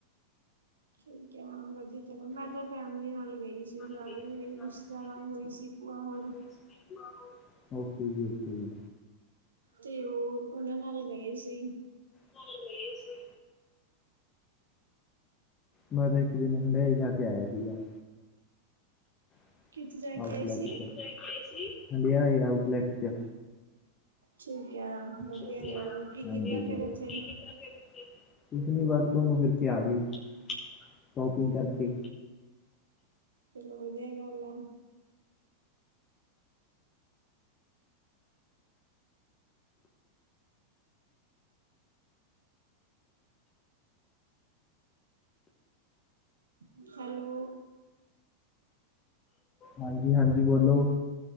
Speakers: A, on the right; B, on the left.
A: ਠੀਕ ਹੈ। ਵਧੀਆ ਚਲੋ ਮੈਂ ਤਾਂ
B: ਸਾਰੇ
A: ਫੈਮਿਲੀ ਨਾਲ ਗਈ ਸੀ ਸਾਰੇ
B: ਮੇਰੇ ਰਿਸਤੇਦਾਰ
A: ਰਿਸ਼ਤੇਦਾਰ
B: ਆਏ
A: ਹੋਏ ਸੀ ਭੂਆ ਹੋਰ
B: ਹੋਏ ਸੀ। ਭੂਆ ਹੋਰ, ਓਕੇ ਜੀ, ਓਕੇ ਜੀ।
A: ਤੇ, ਉਹ ਉਹਨਾਂ ਨਾਲ ਗਏ ਸੀ।
B: ਨਲ ਗਏ ਸੀ। ਮੈਂ ਤਾਂ ਇੱਕ ਦਿਨ ਹਨੇਈ ਜਾ ਕੇ ਆਏਆ ਸੀਗਾ। <unintelligible>
A: ਕਿੱਥੇ ਜਾ ਕੇ ਆਏ ਸੀ
B: ਹਡੇਆ ਏ ਆਉਟਲੇਟ ਚ,
A: ਠੀਕ ਹੈ ਵਧੀਆ
B: ਠੀਕ
A: ਚਲੋ
B: ਯਾ
A: ਕੀ
B: ਹਾਂਜੀ
A: ਕੀਤਾ ਫਿਰ
B: <unintelligible>
A: ਉੱਥੇ
B: ਕਿ ਕੀਤਾ ਓਥੇ, ਕੁਝ ਨੀ ਬਸ ਘੁੰਮ ਫਿਰ ਕੇ ਆਗੇ ਸ਼ੋਪਿੰਗ ਕਰਕੇ।
A: ਬੋ ਵਦੀਆ ਗੱਲ ਆ। <inaudible> ਹੈਲੋ
B: ਹਾਂਜੀ, ਹਾਂਜੀ ਬੋਲੋ।